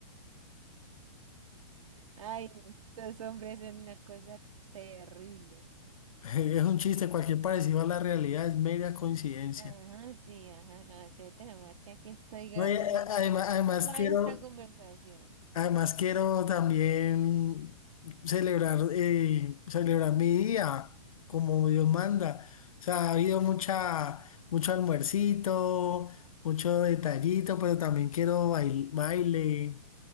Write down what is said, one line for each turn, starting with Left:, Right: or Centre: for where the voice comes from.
Right: Ay, no, los hombres son una cosa terrible.
Left: <laughs> Es un chiste, cualquier parecido a la realidad es mera coincidencia.
Right: Ajá, sí, ajá, no acepta nomás que aquí estoy grabando
Left: No, y a- además, además
Right: toda
Left: quiero,
Right: esta conversación.
Left: además quiero también celebrar, eh, celebrar mi día como Dios manda. O sea, ha habido mucha, mucho almuercito, mucho detallito, pero también quiero bail- baile.